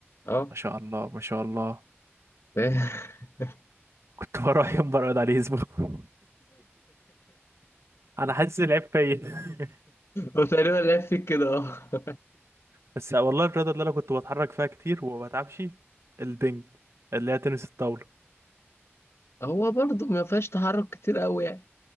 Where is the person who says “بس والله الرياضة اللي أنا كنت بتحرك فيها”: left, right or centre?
Right